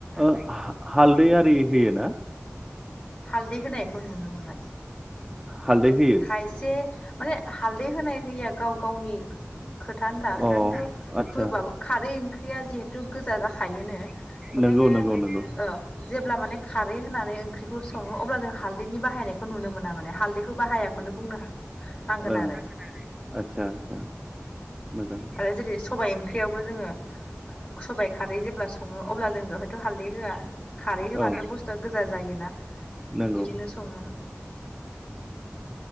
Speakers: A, in the centre; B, on the left.
A: ओ हा-हालदै आरि होयो ना?
B: हालदै होनायखौ नुनो मोना
A: हालदै होयो
B: खायसे माने हालदै होनाय होयिआ गाव गावनि खोथा होनदां
A: अ
B: खिन्थु
A: आदसा
B: होबाबो खारै ओंख्रिया जिहेथु गोजा जाखायोनो बेखायनो
A: नंगौ नंगौ नंगौ
B: ओ जेब्ला माने खारै होननानै ओ ओंख्रिखौ सङो अब्ला जों हालदैनि बाहायनायखौ नुनो मोना माने। हालदैखौ बाहाया। नो बुंनो नांगोन
A: ओं
B: आरो
A: आदसा आदसा मोजां
B: आरो जेरै सबाय ओंख्रियावबो जोङो सबाय खारै जेब्ला सङो अब्ला जों बेवहायथ' हालदै होआ खारै होबानोथ
A: औ
B: बुस्थुआ गोजा जायोना
A: नंगौ
B: बिदिनो सङो। उम